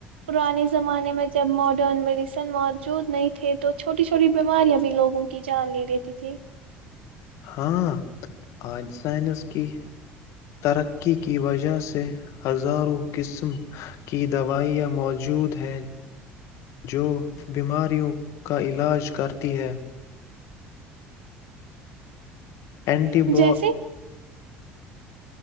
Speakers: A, on the right; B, on the left.
A: پرانے زمانے میں جب ماڈرن میڈیسن موجود نہیں تھے تو چھوٹی چھوٹی بیماریاں بھی لوگوں کی جان لے لیتی تھی
B: ہاں آج سائنس کی ترقی کی وجہ سے ہزاروں قسم کی دوائیاں موجود ہیں جو بیماریوں کا علاج کرتی ہیں اینٹی ب
A: جیسے